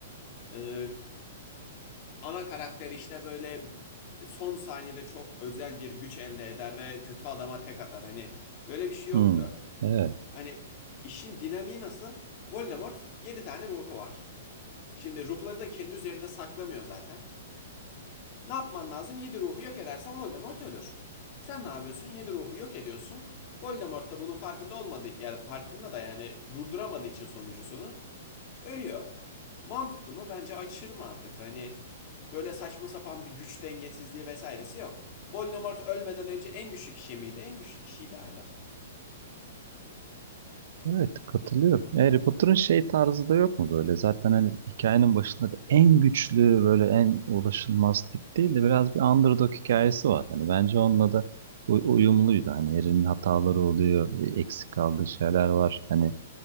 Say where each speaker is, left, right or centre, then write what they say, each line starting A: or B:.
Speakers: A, on the left; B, on the right.
A: Ee, ana karakter işte böyle son saniyede çok özel bir güç elde eder ve kötü adama tek atar. Hani böyle bir şey yoktu.
B: Hı. Evet.
A: Hani işin dinamiği nasıl? Voldemort 7 tane ruhu var. Şimdi ruhları da kendi üzerinde saklamıyor zaten. Ne yapman lazım? 7 ruhu yok edersen Voldemort ölür. Sen ne yapıyorsun? 7 ruhu yok ediyorsun. Voldemort da bunun farkında olmadığı, yani farkında da yani durduramadığı için sonuncusunu ölüyor. Mantıklı mı? Bence aşırı mantıklı. Hani böyle saçma sapan bir güç dengesizliği vesairesi yok. Voldemort ölmeden önce en güçlü kişi miydi? En güçlü kişiydi hala.
B: Evet, katılıyorum. Harry Potter'ın şey tarzı da yok mu böyle? Zaten hani hikayenin başında da en güçlü böyle en ulaşılmaz tip değil de biraz bir underdog hikayesi var. Hani bence onunla da u- uyumluydu. Hani Harry'nin hataları oluyor, eksik kaldığı şeyler var. Hani